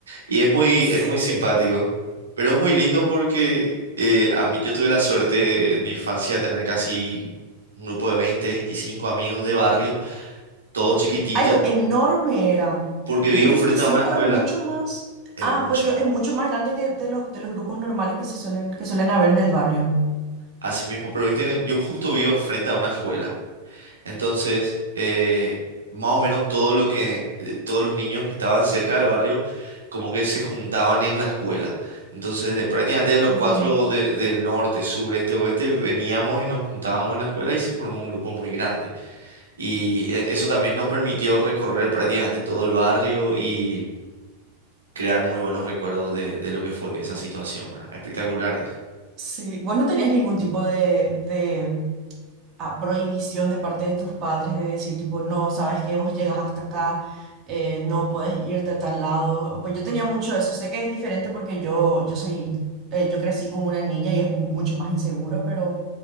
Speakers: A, on the right; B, on the right.
A: y es muy,
B: sí.
A: es muy simpático, pero es muy lindo porque eh, a mí yo tuve la suerte en mi infancia de tener casi... Un grupo de 20 25 amigos de barrio todos chiquititos,
B: Algo enorme era.
A: porque
B: dos
A: vivo
B: mil
A: enfrente
B: veinticinco
A: a una escuela.
B: es mucho más.
A: Es
B: Ah,
A: mucho.
B: pues digo, es mucho más grande que de los, de los grupos normales que se suelen, que suelen haber en el barrio.
A: Así mismo, pero viste, que yo justo vivo enfrente a una escuela. Entonces, eh, más o menos todo lo que, eh, todos los niños que estaban cerca del barrio, como que se juntaban en la escuela. Entonces, de prácticamente de los
B: Ujú.
A: cuatro de- del norte, sur, este, oeste, veníamos y nos juntábamos en la escuela y se formó un grupo muy grande. Y eh, eso también nos permitió recorrer prácticamente todo el barrio y crear muy buenos recuerdos de, de lo que fue esa situación, ¿verdad? Espectaculares.
B: Sí, vos no tenías ningún tipo de, de a prohibición de parte de tus padres de decir tipo, no, sabes que vos llegas hasta acá, eh, no puedes irte a tal lado. Pues yo tenía mucho eso, sé que es diferente porque yo, yo soy, eh, yo crecí como una niña y es mucho más inseguro, pero